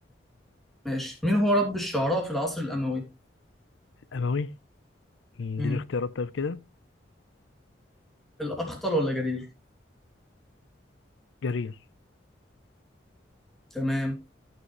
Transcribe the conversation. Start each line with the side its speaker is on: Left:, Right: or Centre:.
Centre: ماشي مين هو رب الشعراء في العصر الأموي
Left: الأموي مم،
Centre: مم.
Left: دي الاختيارات طيب كده
Centre: الأخطل ولا جرير
Left: جرير
Centre: تمام